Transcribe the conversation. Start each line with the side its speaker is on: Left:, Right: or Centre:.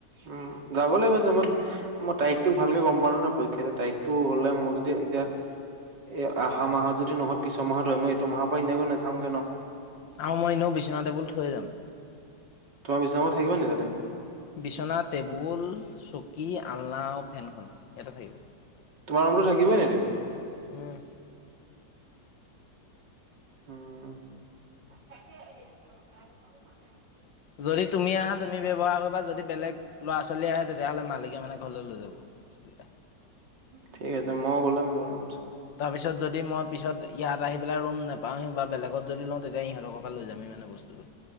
Right: উম, যাব লগিব চাগে মই তাৰিখটোক ভালকে গম পোৱা নাই ন পৰীক্ষা দিয়া তাৰিখটো হলে মোৰ যদি এতিয়া এ অহা মাহত যদি নহয় পিছৰ মাহতৰে মই এইটো মাহৰ পৰা এনেকৈ নাথাওগে ন।
Left: আৰু মই এনেও বিচনা টেবুল থৈয়ে যাম।
Right: তোমাৰ বিছনাখনত থাকিব না নাই তাতে।
Left: বিচনা টেবুল চকী আলনা আৰু ফেনখন ইয়াতে থাকিব।
Right: তোমাৰ <unintelligible> মোৰতো থাকিবই নেদিম
Left: উম।
Right: উম <unintelligible>
Left: যদি তুমি আহা তুমি ব্যৱহাৰ কৰিবা। যদি বেলেগ ল'ৰা ছোৱালী আহে তে তেতিয়া হ'লে মালিকে মানে ঘৰলৈ লৈ যাব বস্তু কেইটা।
Right: ঠিক আছে মই গ'লে মই ল'ম
Left: তাৰপিছত যদি মই পিছত ইয়াত আহি পেলাই ৰুম নাপাওঁহি বা বেলেগত যদি লওঁ তেতিয়া ইহঁতৰকে পৰা লৈ যামিহি মানে বস্তুটো।